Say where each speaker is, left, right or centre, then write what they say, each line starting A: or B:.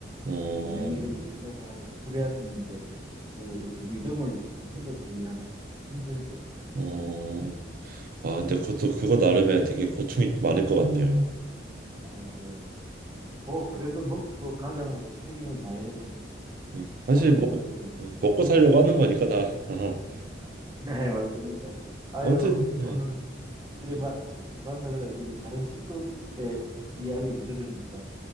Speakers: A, on the right (about 50°); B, on the right (about 20°).
A: 어,
B: 조명 이런 거 켜놓고 하니까 불야성인데 뭐 이렇게 리듬을 거슬러서 일하니까 좀 힘들죠.
A: 어, 아,
B: 예.
A: 근데 그것도 그거 나름에 되게 고충이 많을 것 같네요.
B: 아, 예. 뭐 그래도 뭐, 뭐 가장으로 책임을 다해야 되니까
A: 네. 사실
B: 돈을
A: 뭐
B: 벌어야 되니까.
A: 네, 먹고 살려고 하는 거니까 다. <laughs>
B: <laughs> 네, 맞습니다. 아유,
A: 아무튼, 네.
B: 오늘 이래 마, 만나가지고 다른 직업의 이야기를 들으니까